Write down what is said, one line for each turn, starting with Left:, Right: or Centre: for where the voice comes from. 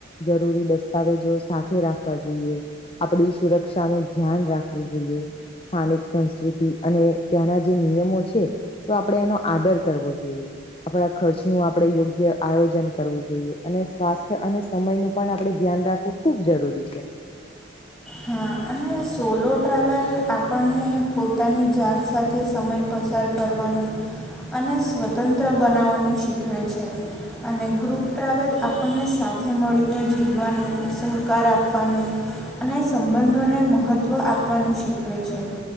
Left: જરૂરી દસ્તાવેજો સાથે રાખવા જોઈએ આપડી.. સુરક્ષાનું ધ્યાન રાખવું જોઈએ. સ્થાનિક સંસ્કૃતિ અને ત્યાંના જે નિયમો છે. તો આપડે એનો આદર કરવો જોઈએ. આપડા ખર્ચ નું આપડે યોગ્ય આયોજન કરવું જોઈએ અને સ્વાસ્થ્ય અને... સમય નું પણ આપણે ધ્યાન રાખવું ખુબ જરૂરી છે.
Centre: હા, અને સોલો ટ્રાવેલ આપણને પોતાની જાત સાથે સમય.. પસાર કરવાનું અને સ્વતંત્ર બનાવવાનું શીખવે છે. અને ગ્રુપ ટ્રાવેલ આપણને સાથે મળીને જીવવાનું સહકાર આપવાનું.. અને સંબંધોને મહત્ત્વ આપવાનું શીખવે છે.